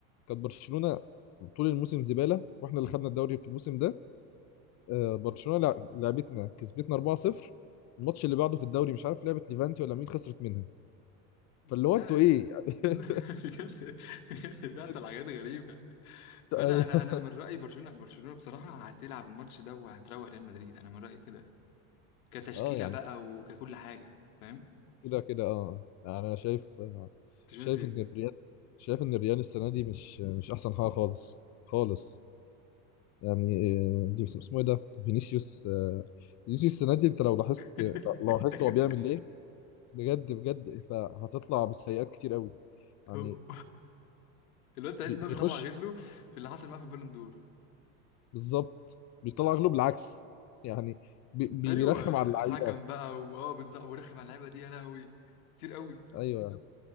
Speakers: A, on the left (about 40°); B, on the left (about 85°).
A: كانت برشلونة طول الموسم زبالة واحنا اللي خدنا الدوري في الموسم ده آه برشلونة لع- لعبتنا كسبتنا 4-0 الماتش اللي بعده في الدوري مش عارف لعبت ليفانتي ولا مين خسرت منها
B: لا
A: فاللي هو انتوا ايه يعني
B: <laughs> بجد بجد بيحصل
A: <laughs>
B: حاجات غريبة فأنا
A: أيوه.
B: أنا أنا من رأيي برشلونة برشلونة بصراحة هتلعب الماتش ده وهتروق ريال مدريد أنا من رأيي كده كتشكيلة
A: اه يعني
B: بقى وككل حاجة فاهم
A: كده كده اه آه. يعني انا شايف
B: أنت
A: شايف
B: شايف إيه؟
A: ان الريال شايف ان الريال السنة دي مش مش احسن حاجة خالص خالص يعني آه، دي اسمه اسمه ايه ده فينيسيوس آه، فينيسيوس السنه دي انت لو لاحظت
B: <laughs>
A: لو لاحظت
B: أيوه
A: هو بيعمل ايه بجد بجد انت هتطلع بسيئات كتير قوي يعني
B: هو- الواد تحس
A: بي-
B: إن هو
A: بيخش
B: بيطلع غله في اللي حصل معاه في البالون دور
A: بالظبط بيطلع غلو بالعكس يعني بي- بي-
B: أيوه
A: بيرخم على اللعيبه
B: حكم بقى وأه بالظبط ورخم على اللعيبة دي يا لهوي كتير قوي
A: ايوه